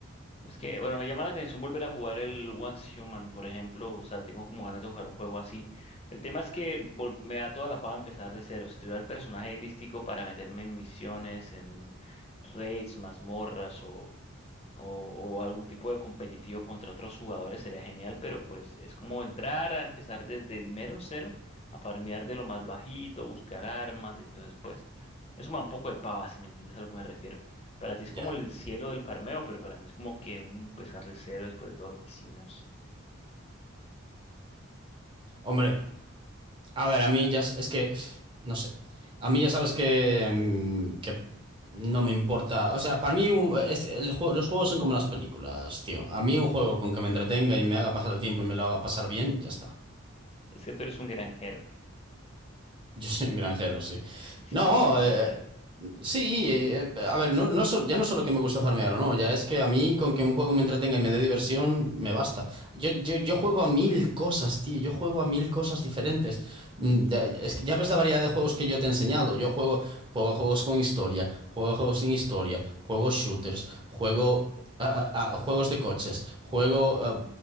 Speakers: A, on the left; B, on the right.
A: Es que, bueno, me llama la atención volver a jugar el Once Human, por ejemplo. O sea, tengo como ganas de jugar un juego así. El tema es que vol- me da toda la paja empezar de cero. Si tuviera el personaje lístico para meterme en misiones, en raids, mazmorras o, o algún tipo de competitivo contra otros jugadores sería genial, pero pues es como entrar a empezar desde el mero cero, a farmear de lo más bajito, buscar armas, entonces pues eso me da un poco de pava, si me entiendes a lo que me refiero. Para ti es
B: ya.
A: como el cielo del farmeo, pero para mí es como que mm, empezar de cero después de todo lo que hicimos.
B: Hombre. A ver, a mí ya s- es que, pf, no sé, a mí ya sabes que, mm, que no me importa, o sea, para mí un- este- el juego- los juegos son como las películas, tío. A mí un juego con que me entretenga y me haga pasar el tiempo y me lo haga pasar bien, ya está.
A: Es que tú eres un granjero,
B: Yo soy un granjero, sí.
A: y si
B: No,
A: te gusta farmear.
B: eh, Sí, eh, eh, a ver, no, no sol- ya no solo que me gusta farmear o no, ya es que a mí con que un juego me entretenga y me dé diversión, me basta. Yo, yo, yo juego a mil cosas, tío, yo juego a mil cosas diferentes. Mm, Ya, es que ya ves la variedad de juegos que yo te he enseñado. Yo juego, juego a juegos con historia, juego a juegos sin historia, juego shooters, juego a, a- a juegos de coches, juego a,